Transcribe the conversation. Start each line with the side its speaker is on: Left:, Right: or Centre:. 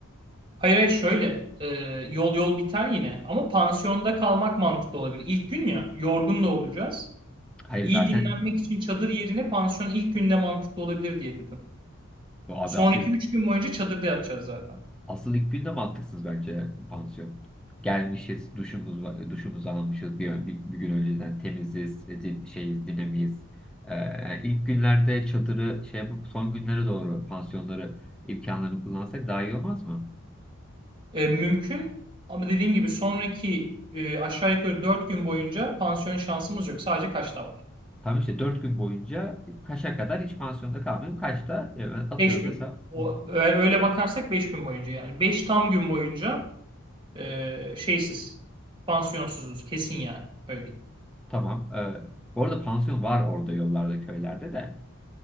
Right: hayır hayır şöyle e, yol yol biter yine ama pansiyonda kalmak mantıklı olabilir. İlk gün ya yorgun da olacağız.
Centre: Hayır
Right: İyi
Centre: zaten
Right: dinlenmek için çadır yerine pansiyon ilk günde mantıklı olabilir diye dedim.
Centre: o abi
Right: Sonraki
Centre: asıl
Right: 3 gün boyunca çadırda yatacağız zaten.
Centre: Asıl ilk günde mantıksız bence pansiyon. Gelmişiz, duşumuz var, duşumuzu almışız bir, bir, bir gün önceden temiziz, e, di- şeyiz, dinamiyiz. Ee, ilk günlerde çadırı şey yapıp son günlere doğru pansiyonları imkanlarını kullansak daha iyi olmaz mı?
Right: E, mümkün ama dediğim gibi sonraki e, aşağı yukarı 4 gün boyunca pansiyon şansımız yok. Sadece kaçta var?
Centre: Tam işte dört gün boyunca kaça kadar hiç pansiyonda kalmayayım. Kaçta e, atıyorum
Right: 5 gün.
Centre: mesela
Right: O,
Centre: bu-
Right: eğer öyle bakarsak 5 gün boyunca yani. 5 tam gün boyunca e, şeysiz, pansiyonsuzuz kesin yani. Öyle diyeyim.
Centre: tamam. E, bu arada pansiyon var orada yollarda köylerde de.